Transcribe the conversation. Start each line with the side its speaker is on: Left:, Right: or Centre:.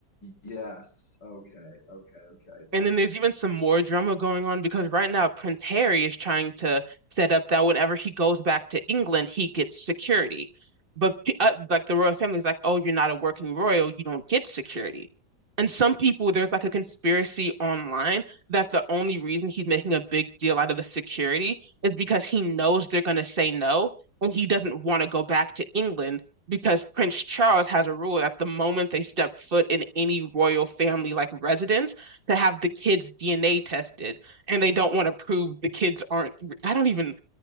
Left: Yes. Okay. Okay. Okay. That's
Right: And then there's
Left: what that
Right: even
Left: was.
Right: some more drama going on because right now Prince Harry is trying to set up that whenever he goes back to England, he gets security. But pe- uh, like the royal family is like, oh, you're not a working royal, you don't get security. And some people, there's like a conspiracy online that the only reason he's making a big deal out of the security is because he knows they're going to say no, and he doesn't want to go back to England because Prince Charles has a rule that the moment they step foot in any royal family like residence, to have the kids' DNA tested, and they don't want to prove the kids aren't. I don't even.